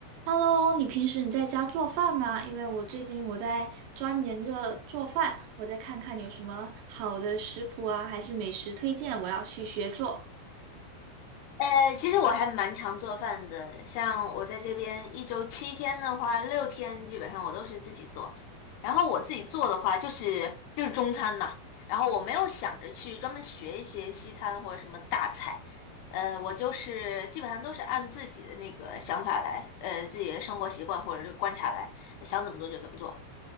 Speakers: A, on the right; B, on the left.
A: Hello，你平时你在家做饭吗？因为我最近我在钻研着做饭，我再看看有什么好的食谱啊，还是美食推荐，我要去学做。
B: 呃，其实我还蛮常做饭的，像我在这边一周七天的话，六天基本上我都是自己做。然后我自己做的话，就是就是中餐嘛。然后我没有想着去专门学一些西餐或者什么大菜，呃，我就是基本上都是按自己的那个想法来，呃，自己的生活习惯或者是观察来，想怎么做就怎么做。